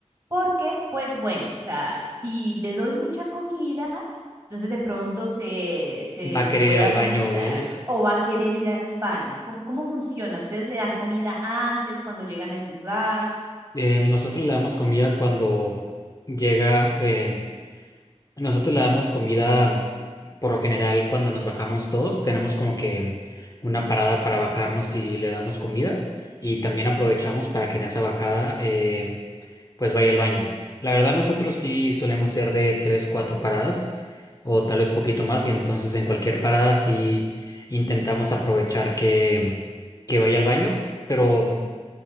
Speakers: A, on the right; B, on the left.
A: porque pues bueno, o sea, si le doy mucha comida, entonces de pronto se se
B: Va a
A: se
B: querer
A: pueda
B: ir al
A: vomitar
B: baño. eh,
A: o va a querer ir al baño. ¿Cómo, cómo funciona? ¿Ustedes le dan comida antes cuando llegan al lugar?
B: eh, nosotros le damos comida cuando llega. em, Nosotros le damos comida, mm, por lo general, cuando nos bajamos todos, tenemos como que una parada para bajarnos y le damos comida y también aprovechamos para que en esa bajada eh, pues vaya al baño. La verdad, nosotros sí solemos ser de tres, cuatro paradas o tal vez poquito más y entonces en cualquier parada sí intentamos aprovechar que, que vaya al baño, pero mm,